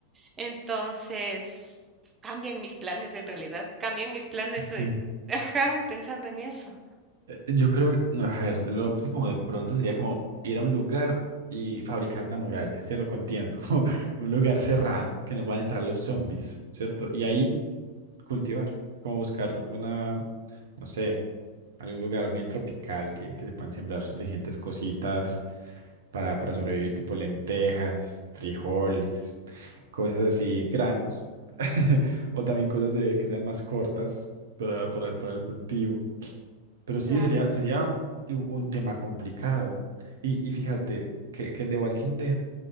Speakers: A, on the right (about 20°); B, on the right (about 60°).
A: Entonces, cambian mis planes en realidad, cambian mis planes,
B: Sí.
A: eh, ajá, pensando en eso.
B: Eh, Yo creo que, no, a ver, lo óptimo de pronto sería como ir a un lugar y fabricar una muralla, ¿cierto? Con tiempo, <laughs> como un lugar cerrado que no puedan entrar los zombies, ¿cierto? Y ahí cultivar, como buscar una, no sé, algún lugar bien tropical que, que se puedan sembrar suficientes cositas para, para sobrevivir, tipo lentejas, frijoles, cosas así, granos, <laughs> o también cosas de, que sean más cortas para, para, para el cultivo. Pero sí,
A: Claro.
B: sería, sería un, un tema complicado. Y, y fíjate que, que en The Walking Dead,